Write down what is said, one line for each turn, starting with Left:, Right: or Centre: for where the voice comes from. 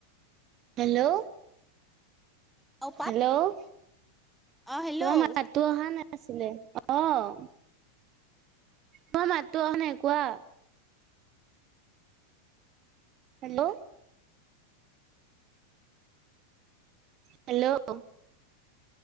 Right: হেল্ল'
Centre: নাপাওঁ পাত
Right: হেল্ল'
Centre: অ', হেল্ল'
Right: তোমাৰ মাত তো অহা নাছিলে অ' তোমাৰ মাটতো অহা নাই কোৱা। হেল্ল'? হেল্ল'?